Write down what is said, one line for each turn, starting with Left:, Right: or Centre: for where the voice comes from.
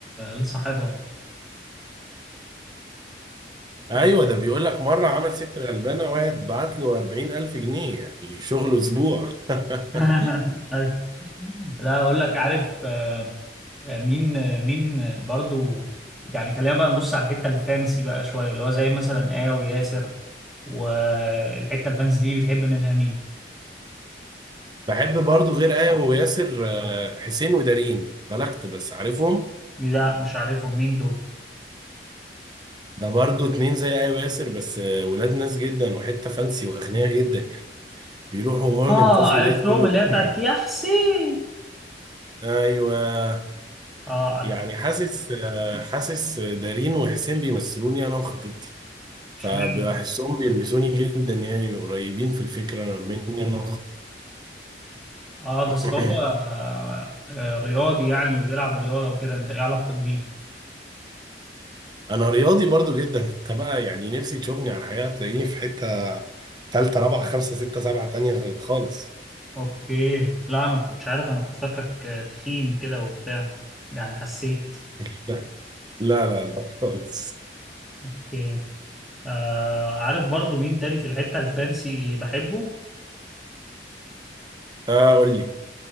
Centre: لصاحبها و-
Right: ايوه ده بيقول لك مره عمل ست غلبانه واحد بعت له 40000 جنيه يعني شغله اسبوع <laughs>
Centre: <laughs> ايوه لا اقول لك عارف آه، آه، مين آه، مين آه، برضو يعني خلينا بقى نبص على الحتة الفانسي بقى شوية اللي هو زي مثلا آه وياسر والحتة الفانسي دي بتحب منها مين؟
Right: بحب برضو غير آية وياسر آه، حسين ودارين بلغت بس عارفهم
Centre: لا مش عارفهم مين دول؟
Right: ده برضو اتنين زي آية وياسر بس آه، ولاد ناس جدا وحتة فانسي وأغنياء جدا يعني بيروحوا مورنينج
Centre: اه
Right: كوفي
Centre: عرفتهم
Right: ديت كل
Centre: اللي هي بتاعت
Right: جمعة.
Centre: يا حسين
Right: <laughs> ايوه
Centre: اه عارف
Right: يعني حاسس آه، حاسس دارين وحسين بيمثلوني انا وخطيبتي فبحسهم
Centre: اشمعنى
Right: بيلمسوني جدا يعني قريبين في الفكرة مني انا
Centre: اه بس
Right: <clears throat>
Centre: هو آه، آه، رياضي يعني وبيلعب رياضة وكده انت ايه علاقتك بيه؟
Right: انا رياضي برضو جدا انت بقى يعني نفسي تشوفني على الحقيقه تلاقيني في حته ثالثه رابعه خمسه سته سبعه تانية خالص
Centre: اوكي لا انا ما كنتش عارف انا كنت فاكرك آه، تخين كده وبتاع يعني حسيت
Right: لا لا لا لا خالص
Centre: اوكي آه عارف برضو مين تاني في الحتة الفانسي بحبه؟
Right: آه قول لي